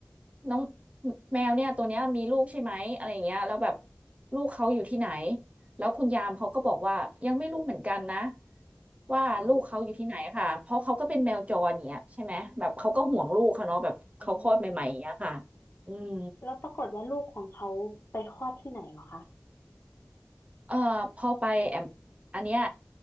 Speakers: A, on the right (about 25°); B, on the left (about 60°).
A: น้องแมวเนี่ยตัวเนี้ยมีลูกใช่ไหมอะไรอย่างเงี้ยแล้วแบบลูกเขาอยู่ที่ไหนแล้วคุณยามเขาก็บอกว่ายังไม่รู้เหมือนกันนะว่าลูกเขาอยู่ที่ไหนค่ะเพราะเขาก็เป็นแมวจรอย่างเงี้ยใช่ไหมแบบเขาก็ห่วงลูกเขาเนาะแบบเขาคลอดใหม่ๆอย่างเงี้ยค่ะ
B: เอาอ๋อ
A: อืม
B: แล้วปรากฏว่าลูกของเขาไปคลอดที่ไหนเหรอคะ
A: เอ่อพอไปแอมอันเนี้ย